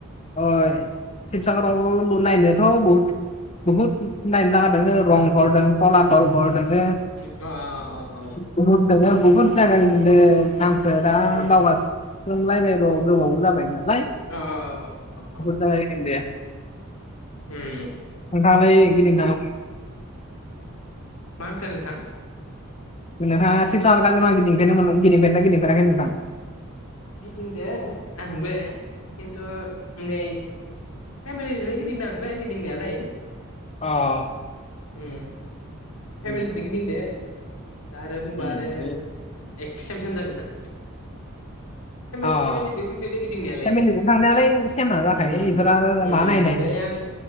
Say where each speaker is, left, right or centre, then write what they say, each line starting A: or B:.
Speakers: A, on the left; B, on the left.
A: अह शिबसागराव नाइनोथ' बहुत बहुत नाइनो लागा दङ रंफोर दं खलाथलफोर दङ।
B: ओम अह-अह-अह
A: गुबुन दङ बहुत दङ रंफोराव
B: उम
A: दावबायनो सोंलायबायल' गोबावबो जाबाय नालाय
B: औ-औ-औ।
A: बुहुत जायगा गिदिंदों दे
B: उम
A: नोंथाङालाय गिदिंनो
B: मा होनखो नोंथां।
A: नोंथाङा शिबसागर काजिरङा गिदिंफेरदोंना गिदिंफेराखै नोंथां।
B: गिदिं दों आंबो खिन्थु नै फेमिलिजोंलाय गिदिंदों गिदिंनायालाय
A: अह
B: फेमिलिजों
A: उम
B: गिदिंदों दा आरो बुंबा
A: उम
B: आरो। ए सेम सेम जागोन ना। फेमिलि
A: अह
B: फेमिलिजों गिदिंदो गिदिंनायालाय
A: फेमिलिजों थांनायालाय सेमा जाखायो
B: उम
A: बेफोरो
B: उम
A: मा नायनाय
B: नै आं